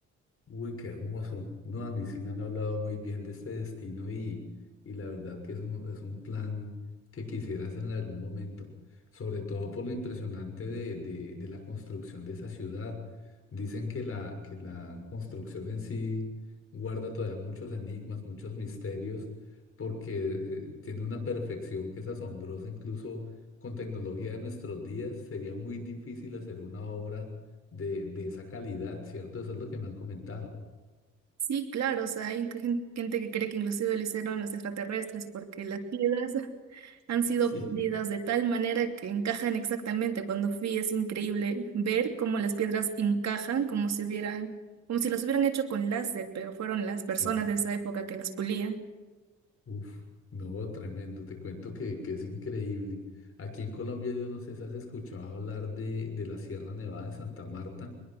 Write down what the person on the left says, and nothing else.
Uy, qué hermoso. No, a mí sí me han hablado muy bien de este destino y, y la verdad que es un, es un plan que quisieras en algún momento, sobre todo por lo impresionante de, de- de la construcción de esa ciudad. Dicen que la, que la construcción en sí guarda todavía muchos enigmas, muchos misterios, porque eh, tiene una perfección que es asombrosa, incluso con tecnología de nuestros días, sería muy difícil hacer una obra de, de esa calidad, ¿cierto? Eso es lo que me han comentado.
Sí.
Sí.
Uf, no, tremendo. Te cuento que, que es increíble. Aquí en Colombia, yo no sé si has escuchado hablar de, de la Sierra Nevada de Santa Marta,